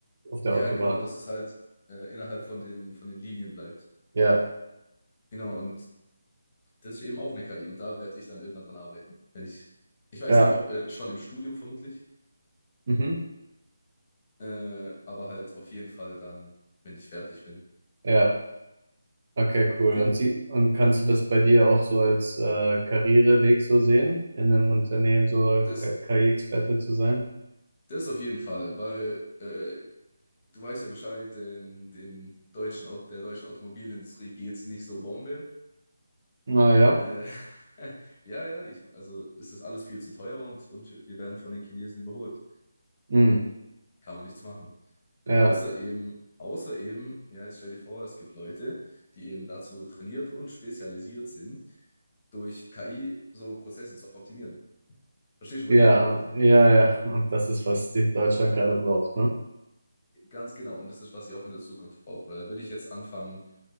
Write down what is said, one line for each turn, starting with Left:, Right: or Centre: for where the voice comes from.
Right: auf der
Left: Ja,
Right: Autobahn.
Left: genau, dass es halt äh, innerhalb von den, von den Linien bleibt.
Right: Ja,
Left: Genau, und das ist eben auch eine KI und da werde ich dann irgendwann dran arbeiten. Wenn ich, ich weiß
Right: ja,
Left: nicht, ob äh, schon im Studium vermutlich,
Right: mhm.
Left: äh, aber halt auf jeden Fall dann, wenn ich fertig bin.
Right: Ja, okay, cool.
Left: Wie, la-
Right: Und, sie, und kannst du das bei dir auch so als äh, Karriereweg so sehen, in einem Unternehmen so
Left: das,
Right: K- KI-Experte zu sein?
Left: das auf jeden Fall, weil äh, du weißt ja Bescheid, den, den deutschen, Au- der deutschen Automobilindustrie geht es nicht so Bombe.
Right: Naja,
Left: Äh, <laughs> ja, ja, ich, also es ist alles viel zu teuer und, und wir werden von den Chinesen überholt.
Right: mhm.
Left: Kann man nichts machen.
Right: Ja,
Left: Außer eben, außer eben, ja, jetzt stell dir vor, es gibt Leute, die eben dazu trainiert und spezialisiert sind, durch KI so Prozesse zu optimieren. Verstehst du,
Right: ja,
Left: wo ich hin will?
Right: ja, ja. Und das ist, was die Deutschland gerade braucht, ne?
Left: Ganz genau. Und das ist, was sie auch in der Zukunft brauchen. Da würde ich jetzt anfangen,